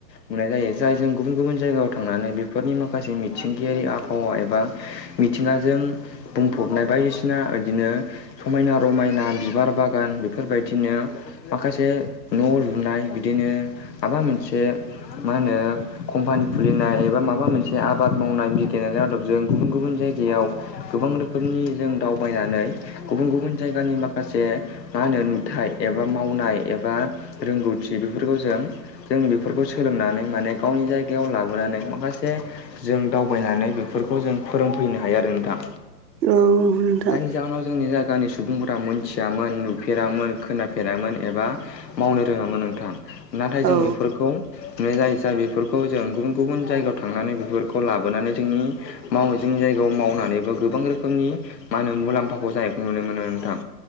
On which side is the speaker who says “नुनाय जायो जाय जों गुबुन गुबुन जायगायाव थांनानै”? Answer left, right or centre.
Left